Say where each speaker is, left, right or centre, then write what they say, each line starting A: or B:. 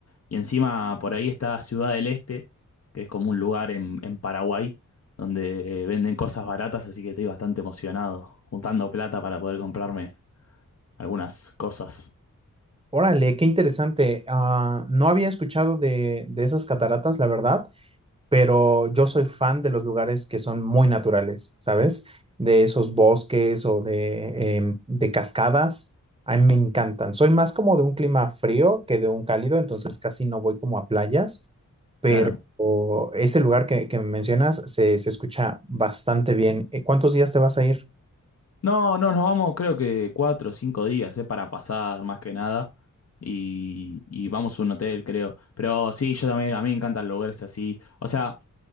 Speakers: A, on the left; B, on the right.
A: y encima por ahí está Ciudad del Este, que es como un lugar en, en Paraguay donde eh, venden cosas baratas, así que estoy bastante emocionado, juntando plata para poder comprarme algunas cosas.
B: Órale, qué interesante. Ah, no había escuchado de, de esas cataratas, la verdad. pero yo soy fan de los lugares que son muy naturales, ¿sabes? De esos bosques o de, em, de cascadas, a mí me encantan. Soy más como de un clima frío que de un cálido, entonces casi no voy como a playas, pero
A: Claro.
B: ese lugar que, que mencionas se, se escucha bastante bien. Eh, ¿Cuántos días te vas a ir?
A: No, no, nos vamos creo que cuatro o cinco días, eh, para pasar más que nada. Y, y vamos a un hotel, creo. Pero sí, yo también, a mí me encantan lugares así. O sea,